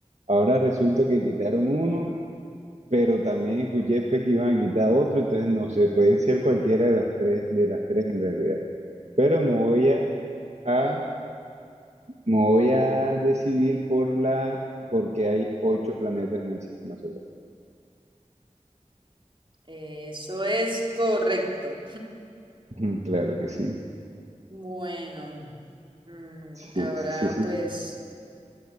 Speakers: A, on the right (about 60°); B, on the right (about 40°).
A: Ahora resulta que quitaron uno, pero también escuché pues, que iban a quitar otro, entonces no sé, pueden ser cualquiera de las tres, de las tres en realidad. Pero me voy a, a- me voy a decidir por la, porque hay ocho planetas en el sistema solar.
B: Eso es correcto.
A: Ujú, Claro que sí.
B: Bueno, mm,
A: Sí,
B: ahora
A: sí, sí.
B: pues,